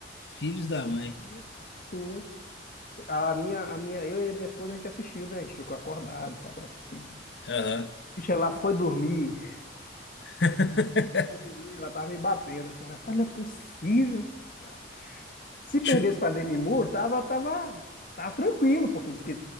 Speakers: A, on the left (about 75°); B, on the left (about 50°).
A: Filhos da
B: Sim,
A: mãe.
B: sim. A minha, a minha, eu e a minha esposa, a gente assistiu, né? A gente ficou acordado, tá, pra assistir.
A: Aham.
B: Bicho, ela foi dormir.
A: <laughs>
B: Foi dormir, ela tava me batendo. Assim, eu, rapaz, não é possível, cara. Se perdesse
A: Chu-
B: pra Demi Moore, tava, tava, tava tranquilo, porque diz que,